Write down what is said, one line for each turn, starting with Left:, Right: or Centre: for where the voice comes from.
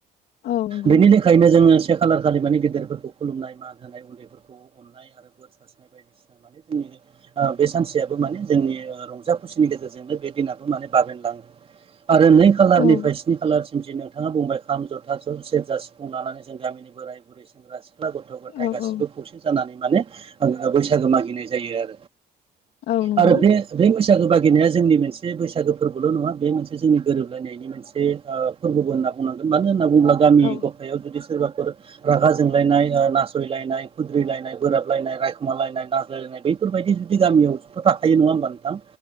Left: औ नंगौ
Right: बेनि लेखायनो जोङो बे खासा खालार खालि माने गेदेरफोरखौ खुलुमनाय मा होनाय उन्दैफोरखौ अननाय आरो बोर सारस्रिनाय बायदिसिना माने जोंनि बे सानसेयाबो माने जोंनि रंजा खुसिनि गेजेरजोंनो बे दिनाबो माने बाबेन लाङो आरो नै खालारनिफ्राय
Left: औ
Right: स्नि खालारसिम जि नोंथाङा बुंबाय खाम जथा ज सेरजा सिफुं लानानै जों गामिनि बोराय बुरै सेंग्रा सिख्ला गथ' गथाय
Left: औ
Right: गासिबो
Left: औ
Right: खौसे जानानै म बैसागो मागिनाय जायो
Left: औ नंगौ
Right: आरो बे मोसा बैसागो बागिनाया जोंनि मोनसे बैसागो फोरबोल' नङा बे मोनसे जोंनि गोरोबलायनायनि मोनसे फोरबो होननानै बुंनांगोन मानो होनना बुङोब्ला गामि
Left: औ
Right: गफायाव जुदि सोरबाफोर रागा जोंलायनाय नासयलायनाय खुद्रिलायनाय बोराब लायनाय रायखुमा लायनाय न्लायनाय बैफोरबायदि जुदि गामियावथ' थाखायो नङा होमबा नोंथां